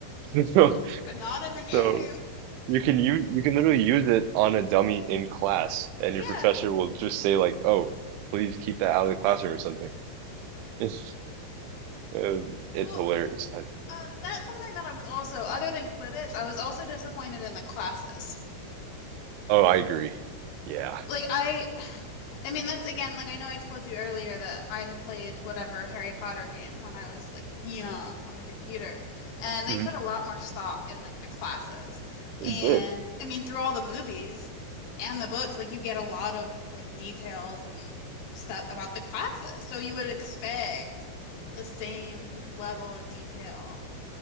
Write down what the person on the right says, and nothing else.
<laughs> So,
so
you can you you can literally use it on a dummy in class, and
your professor will just say like, "Oh, please keep that out of the classroom" or something. It's uh, it's
hilarious. I,
oh, I agree. Yeah.
Mhm.
It
did.